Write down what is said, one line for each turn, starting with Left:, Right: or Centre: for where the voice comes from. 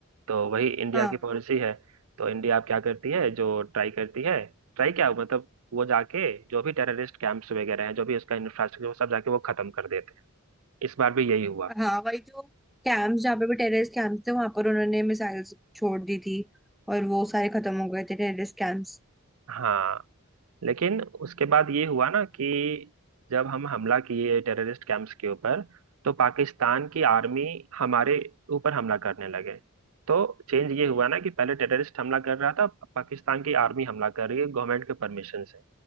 Right: तो वही इंडिया
Centre: हाँ
Right: की पॉलिसी
Centre: बिल्कुल।
Right: है तो इंडिया अब क्या करती है जो ट्राई करती है ट्राई क्या मतलब वो जाके जो भी टेररिस्ट कैंप्स वगैरह हैं जो भी उसका इंफ्रास्ट्रक्चर वो सब जाके वो खत्म कर देते हैं इस बार भी यही हुआ
Centre: हाँ वही जो कैंप्स जहाँ पे भी टेररिस्ट कैंप्स थे वहां पर उन्होंने मिसाइल्स छोड़ दी थी और वो सारे खत्म हो गए थे टेररिस्ट कैंप्स
Right: हाँ लेकिन उसके बाद ये हुआ ना कि जब हम हमला किए टेररिस्ट कैंप्स के ऊपर तो पाकिस्तान की आर्मी हमारे ऊपर हमला करने लगे तो चेंज ये हुआ ना कि पहले टेररिस्ट हमला कर रहा था पाकिस्तान की आर्मी हमला कर रही है गवर्नमेंट के परमिशन से